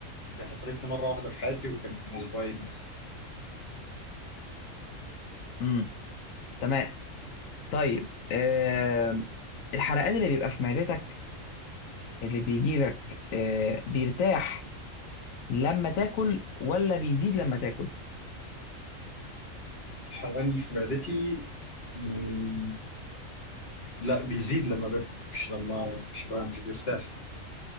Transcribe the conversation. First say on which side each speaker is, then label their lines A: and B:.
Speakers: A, on the left; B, on the left.
A: دي حصلت لي مرة واحدة في حياتي وكانت من أسبوعين بس
B: امم تمام طيب آه الحرقان اللي بيبقى في معدتك اللي بيجي لك آه بيرتاح لما تاكل ولا بيزيد لما تاكل
A: الحرقان اللي في معدتي مم، لا بيزيد لما باكل مش لما مش بقى مش بيرتاح